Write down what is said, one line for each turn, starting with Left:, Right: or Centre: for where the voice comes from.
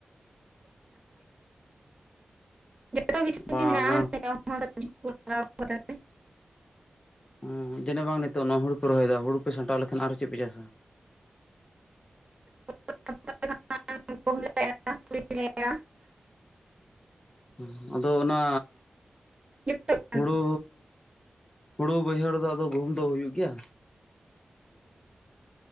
Right: <unintelligible>
Left: ᱵᱟᱝ ᱚᱸ ᱡᱤᱱᱟᱹᱜ ᱵᱟᱝ ᱱᱤᱛᱚᱜ ᱱᱚᱶᱟ ᱦᱩᱲᱩ ᱯᱮ ᱨᱚᱦᱚᱭᱫᱟ ᱦᱩᱲᱩ ᱯᱮ ᱥᱟᱢᱴᱟᱣ ᱞᱮᱠᱷᱟᱱ ᱟᱨᱚ ᱪᱮᱫ ᱯᱮ ᱪᱟᱥᱟ?
Right: <unintelligible>
Left: ᱦᱩᱸ ᱟᱫᱚ ᱚᱱᱟ
Right: <unintelligible>
Left: ᱦᱩᱲᱩᱻ ᱦᱩᱲᱩ ᱵᱟᱹᱭᱦᱟᱹᱲᱫᱚ ᱟᱫᱚ ᱜᱩᱦᱩᱢ ᱫᱚ ᱦᱩᱭᱩᱜ ᱜᱮᱭᱟ